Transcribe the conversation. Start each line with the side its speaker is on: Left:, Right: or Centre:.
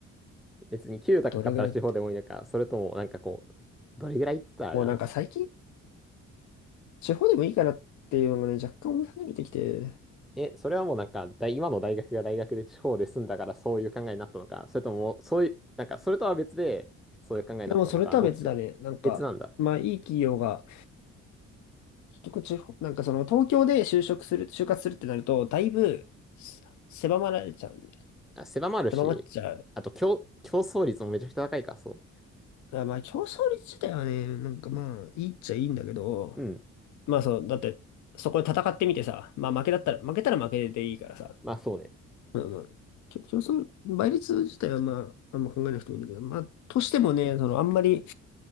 Centre: 別に給与高かったら地方でもいいのか、
Left: どれぐらいって。
Centre: それともなんかこう、どれぐらいって言ったらあれだな。
Left: もうなんか最近、地方でもいいかなっていうのがね、若干思い始めてきて。
Centre: え、それはもうなんか大、今の大学が大学で地方で住んだからそういう考えになったのか、それとも、そういう、なんか、それとは別で、そういう考えになったのか、
Left: でもそれとは別だね。
Centre: どっち
Left: なんか、
Centre: 別なんだ。
Left: まあいい企業が、結局地方、なんかその東京で就職する、就活するってなると、だいぶせ狭まられちゃうんで、
Centre: あ、狭まるし、
Left: 狭まっちゃう
Centre: あと競、競争率もめちゃくちゃ高いか、そ
Left: あまあ、競争率自体はね、なんかまあ、いいっちゃいいんだけど、
Centre: う。うん。
Left: まあそう、だって、そこで戦ってみてさ、まあ負けだったら、負けたら負けでいいからさ、
Centre: まあそうね。
Left: まあまあ、きょ競争、倍率自体はまあ、あんま考えなくてもいいんだけど、まあ、としてもね、その、あんまり、